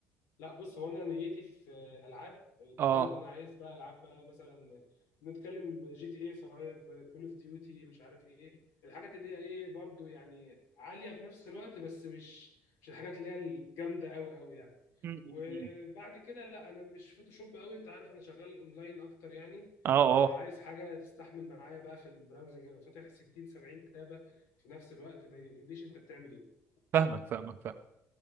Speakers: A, on the left; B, on the right.
A: لا بص هو انا نيتي في العاب آه،
B: اه
A: تمام ان انا عايز بقى العاب بقى مثلا نتكلم جي تي اي 5 كول اوف ديوتي مش عارف ايه الحاجات اللي هي ايه برضو يعني عاليه في نفس الوقت بس مش مش الحاجات اللي هي الجامده قوي قوي يعني
B: م- م-
A: وبعد
B: م.
A: كده لا انا مش فوتوشوب قوي انت عارف انا شغال اونلاين اكتر يعني
B: اه
A: فعايز
B: اه
A: حاجه تستحمل معايا بقى في البراوزنج انا فاتح 60 70 تابه في نفس الوقت ما يقوليش انت بتعمل ايه
B: فاهمك فاهمك فاهمك